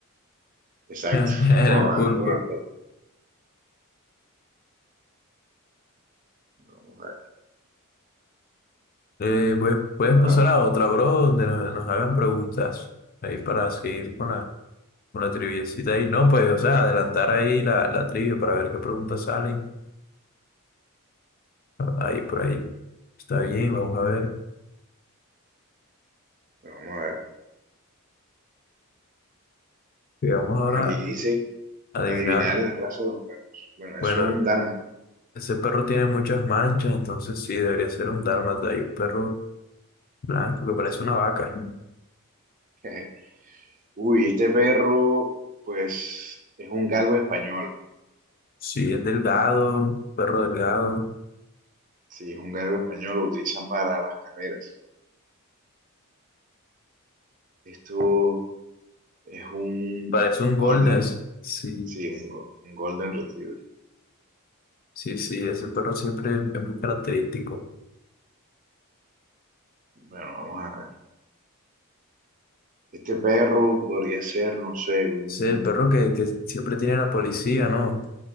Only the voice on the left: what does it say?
<laughs> Era
el
pulpo.
Eh, pues, puedes
pasar a otra, bro, donde nos, nos hagan preguntas. Ahí para seguir con la, con la triviecita ahí. No, pues, o sea, adelantar ahí la, la trivia para ver qué preguntas salen. Ahí por ahí. Está bien, vamos a ver.
Eh, Vamos ahora
a adivinar.
Bueno,
ese perro tiene muchas manchas, entonces sí, debería ser un dálmata. Hay un perro blanco que parece
una vaca.
Sí, es delgado, perro delgado.
Parece un
golden. Sí,
sí, sí, ese perro siempre es muy característico.
Sí, el perro que, que siempre tiene la policía, ¿no?